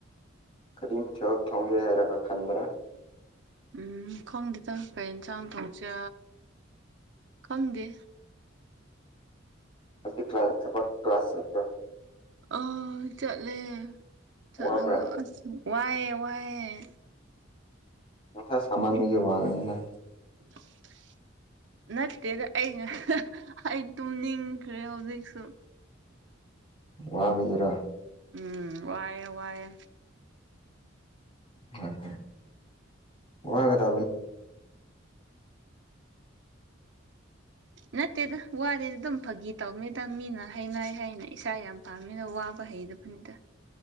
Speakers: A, on the left (about 30°); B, on the right (about 60°).
A: ꯀꯔꯤꯝ ꯆꯣ ꯊꯣꯡꯒꯦ ꯍꯥꯏꯔꯒ ꯈꯟꯕ꯭ꯔꯥ
B: ꯎꯝ ꯈꯪꯗꯦꯗ ꯀꯔꯤ ꯏꯟꯁꯥꯡ ꯊꯣꯡꯁꯦ ꯈꯪꯗꯦ
A: ꯍꯧꯖꯤꯛ ꯀ꯭ꯂꯥꯁ ꯊꯕꯛ ꯀ꯭ꯂꯥꯁ ꯆꯠꯇ꯭ꯔ
B: ꯑ ꯆꯠꯂꯦ ꯆꯠꯂꯒ
A: ꯋꯥꯕ꯭ꯔꯥ
B: ꯑꯁ ꯋꯥꯏꯑꯦ ꯋꯥꯏꯑꯦ
A: ꯑꯣꯣꯊꯥ ꯁꯝꯃꯝꯖꯧ ꯋꯥꯒꯩꯅꯤ ꯅꯥ
B: <inaudible> <unintelligible> ꯅꯠꯇꯦꯗ ꯑꯩ ꯉ ꯑꯩ ꯇꯨꯝꯅꯤꯡꯈ꯭ꯔꯦ ꯍꯧꯖꯤꯛꯁꯨ
A: ꯋꯥꯕꯒꯔ
B: ꯎꯝ ꯋꯥꯌꯦꯦ ꯋꯥꯑꯦ
A: ꯍꯣꯏ ꯍꯣꯏ ꯋꯥꯒꯗꯕꯅꯤ
B: ꯅꯠꯇꯗ ꯋꯥꯗꯤꯗꯝ ꯐꯥꯒꯤ ꯇꯧꯅꯤꯗ ꯃꯤꯅ ꯍꯅ ꯍꯥꯏꯅ ꯏꯁꯥ ꯌꯥꯝ ꯐꯥꯝꯃꯤꯅ ꯋꯥꯕ ꯍꯩꯗꯕꯅꯤꯗ